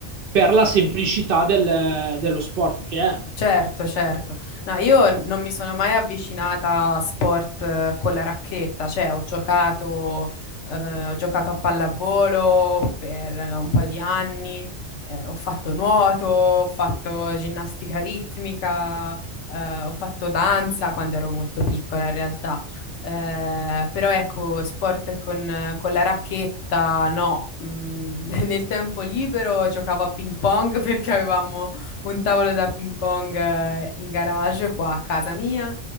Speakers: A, on the right (about 60°); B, on the left (about 75°).
A: per la semplicità del- dello sport che è.
B: Certo, certo. No, io non mi sono mai avvicinata a sport eh, con la racchetta, cioè ho giocato, eh, ho giocato a pallavolo per un paio di anni, eh, ho fatto nuoto, ho fatto ginnastica ritmica, eh, ho fatto danza quando ero molto piccola in realtà. Eh, però ecco, sport con, con la racchetta, no. Mm, <laughs> nel tempo libero giocavo a ping pong perché avevamo un tavolo da ping pong eh, in garage qua a casa mia